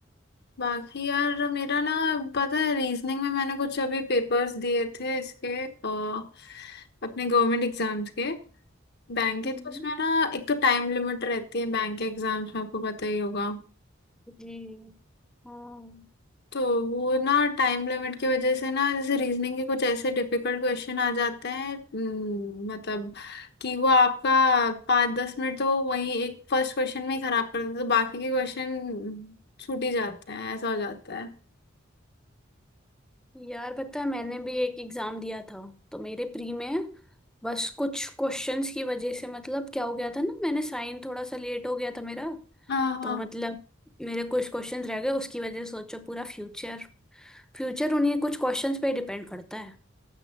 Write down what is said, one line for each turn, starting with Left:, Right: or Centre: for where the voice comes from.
Left: बाकी यार मेरा ना पता है रीजनिंग में मैंने कुछ अभी पेपर्स दिए थे इसके अ, अपने गवर्नमेंट एग्जाम्स के बैंक के
Centre: हम्म
Left: तो उसमें ना एक तो टाइम लिमिट रहती है बैंक के एग्जाम्स में आपको पता ही होगा
Centre: जी हाँ
Left: तो वो ना टाइम लिमिट की वजह से ना जैसे रीजनिंग के कुछ ऐसे डिफिकल्ट क्वेश्चन आ जाते हैं हम्म, मतलब कि वो आपका पाँच दस मिनट तो वो वही एक फर्स्ट क्वेश्चन में ही खराब कर देते हैं, तो बाकी के क्वेश्चन छूट ही जाते हैं ऐसा हो जाता है
Centre: यार पता है मैंने भी एक एग्जाम दिया था तो मेरे प्री में बस कुछ क्वेश्चंस की वजह से मतलब क्या हो गया था ना मैंने साइन थोड़ा सा लेट हो गया था मेरा
Left: हाँ
Centre: तो मतलब मेरे कुछ क्वेश्चंस रह गए उसकी वजह से सोचो पूरा फ्यूचर फ्यूचर उन्हीं कुछ क्वेश्चंस पे डिपेंड करता है